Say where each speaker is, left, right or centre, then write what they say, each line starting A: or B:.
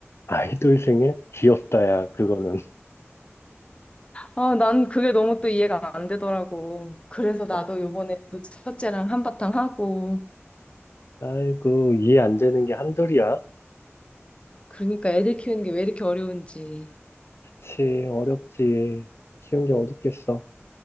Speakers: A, on the left (about 60°); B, on the left (about 25°).
A: 아이돌 생일? 귀엽다야, 그거는. <laughs>
B: 아, 난 그게 너무 또 이해가 안 되더라고. 그래서 나도
A: 어,
B: 요번에 또 첫째랑 한바탕 하고.
A: 아이고, 이해 안 되는 게 한둘이야.
B: 그러니까 애들 키우는 게 왜 이렇게 어려운지.
A: 그치, 어렵지. 쉬운 게 어딨겠어.